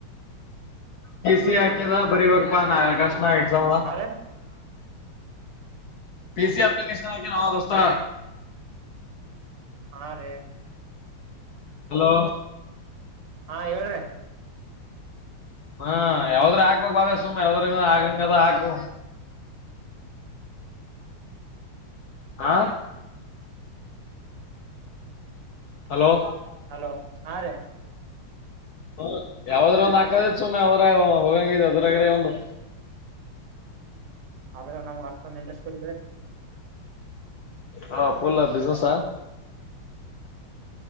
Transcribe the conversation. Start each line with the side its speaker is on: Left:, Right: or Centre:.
Left: ಕೆ ಸಿ ಹಾಕಿದ ಬರಿ ಬಪ್ಪಾ ನಾ ಕಷ್ಟ ನ ಎಕ್ಸಾಮದ
Right: ಹಾ ರೀ
Left: ಪ ಸಿಿ ಅಪ್ಲಿಕೇಶ ನಾ ದಸ್ತ
Right: ಹಾ ರೇ
Left: ಹಲೋ
Right: ಹಾ ಹೇಳ್ರಿ
Left: ಹ್ಮ ಯಾವದ್ರ ಹಾಕ್ಬೇಕಕ್ ಬಾವ ಸುಮ್ ಯಾವ್ದ್ರ ಆಗಂಗದ ಹಾಕ್ ಹಾ ಹಲೋ
Right: ಹ್ಮ ಹಲೋ ಹಾ ರ
Left: ಹ ಯಾವಾದ್ರ ಒಂದ್ ಹಾಕದತ್ ಸುಮ್ಮನೆ ಅವ್ರ ಹೋಗಂಗಿದ ಅದ್ರಾಗ್ರೆ ಒಂದು
Right: ಆದ್ರ ನಮ್ಗ್ ಅಷ್ಟೊಂದು ಇಂಡಸ್ ಇಲ್ದೆ
Left: ಹಾ ಪೂಲ ಬಿಿಸಿನಸ್ಾ